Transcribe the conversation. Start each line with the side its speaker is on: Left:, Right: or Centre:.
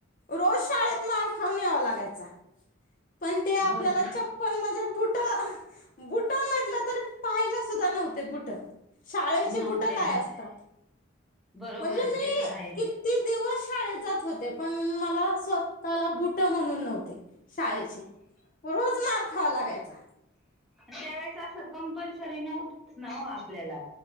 Left: रोज शाळेत मार खाऊून यावा लागायचा. पण ते आपल्याला
Centre: भरपूर
Left: चप पल म्हणजे बूटं बूटं म्हटलं तर पाहायला सुद्धा नव्हते बूटं शाळेची
Centre: नव्हते
Left: बुट काय
Centre: नव्हते
Left: असतात
Centre: बरोबर
Left: म्हणजे
Centre: आहे
Left: मी
Centre: ते तर आहेच.
Left: कित ती दिवस शाळेत जात होते पण मला स्वतःला बुट म्हणून नव्हते. शाळेचे रोज मार खावा लागायचा.
Centre: त्या वळेस असं कंपल्सरी नव्हतच ना हो आपल्याला.